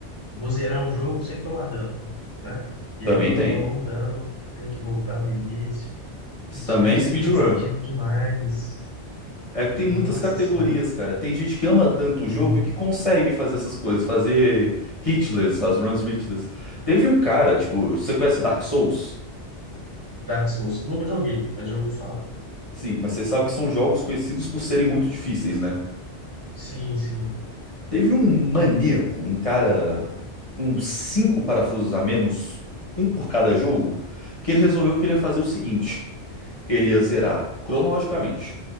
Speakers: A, on the right (about 20°); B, on the left (about 30°).
A: vou zerar um jogo sem tomar dano, né? E
B: Também
A: aí, quando
B: tem.
A: toma um dano, tem que voltar no início.
B: Isso
A: Isso
B: também
A: deve
B: é
A: ser
B: speedrun.
A: cansativo demais.
B: É que tem
A: Nossa
B: muitas categorias,
A: Senhora.
B: cara. Tem gente que ama tanto o
A: Uhum.
B: jogo que consegue fazer essas coisas, fazer hitless, as runs hitless. Teve um cara, tipo, você conhece Dark Souls?
A: Dark Souls. Eu nunca joguei, mas já ouvi falar.
B: Sim, mas você sabe que são jogos conhecidos por serem muito difíceis, né?
A: Sim, sim.
B: Teve um maníaco, um cara com cinco parafusos a menos, um por cada jogo, que ele resolveu que ele ia fazer o seguinte: ele ia zerar cronologicamente